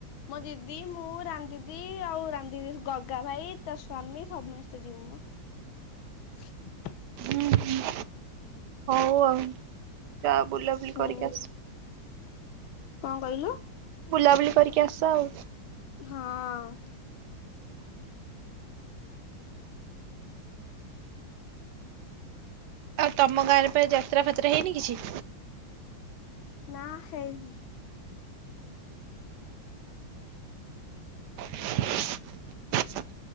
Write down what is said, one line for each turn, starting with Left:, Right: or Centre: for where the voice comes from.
Left: ମୋ ଦିଦି ମୁଁ ରାନ୍ ଦିଦି ଆଉ ରାନଦି ଗଗା ଭାଇ ତା ସ୍ଵାମୀ ସମସ୍ତେ ଯିବୁ ମ। <unintelligible>
Right: ହୁଁ ହୁଁ ହଉ ଆଉ ଯା ବୁଲାବୁଲି
Left: ହୁଁ।
Right: କରିକି ଆସ
Left: କଣ କହିଲୁ
Right: ବୁଲାବୁଲି କରିକି ଆସ ଆଉ।
Left: ହଁ।
Right: ଆଉ ତମ ଗାଁ ରେ ପାଇଁ ଯାତ୍ରା ଫାତ୍ରା ହେଇନି କିଛି?
Left: ନା ହେଇନି।
Right: <unintelligible>